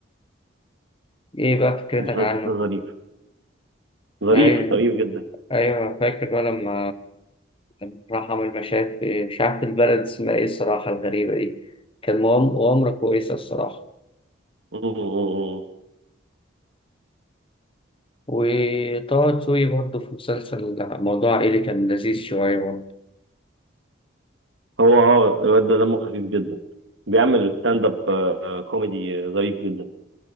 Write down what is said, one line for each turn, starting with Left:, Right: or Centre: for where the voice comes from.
Left: ايه بقى فكرتك
Right: مسلسل
Left: عنه؟
Right: ظريف ظريف
Left: ايوه
Right: ظريف جدا <laughs>
Left: ايوه انا فاكر بقى لما لما راح عمل مشاهد في مش عارف البلد اسمها ايه الصراحه الغريبه دي كان مغام- مغامره كويسه الصراحه
Right: م- م- م. م.
Left: وطه دسوقي برضه في مسلسل موضوع عائلي كان لذيذ شويه برضه
Right: هو اه الواد ده دمه خفيف جدا بيعمل ستاند اب كوميدي آه، ظريف جدا